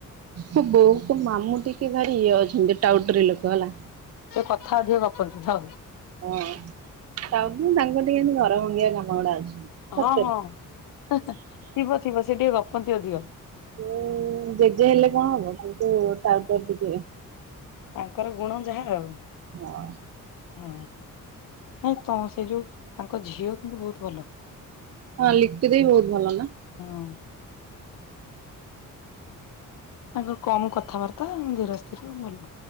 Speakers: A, on the right (about 50°); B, on the left (about 75°).
A: ତୋ ବୋଉକୁ ମାମୁଁ ଟି ସିଏ ଭାରି ଇଏ ଅଛନ୍ତି ଟାଉଟରି ଲୋକ ହେଲା।
B: ସେ କଥା ଅଧିକ ଗପନ୍ତି ହଁ।
A: ହଁ ଟାଉନୁ ତାଙ୍କର ଟିକେ ଏମତି ଘର ଭଙ୍ଗିଆ କାମ ଗୁଡା ଅଛି। ସତରେ।
B: ହଁ ହଁ। ହେ ହେ ଥିବ ଥିବ ସେ ଟିକେ ଗପନ୍ତି ଅଧିକ।
A: ମୋ ଜେଜେ ହେଲେ କଣ ହବ, କିନ୍ତୁ ଟାଉଟର ଟିକେ।
B: ତାଙ୍କର ଗୁଣ ଯାହା ଆଉ।
A: ହଁ।
B: ହଁ ନାଇଁ ତମର ସେ ଯୋଉ ତାଙ୍କ ଝିଅ କିନ୍ତୁ ବହୁତ ଭଲ।
A: ହଁ ଲିପି ଦେଇ ବହୁତ ଭଲ ନା।
B: ହଁ। ତାଙ୍କର କମ କଥାବାର୍ତ୍ତା, ଧୀର ସ୍ଥିର ଭଲ।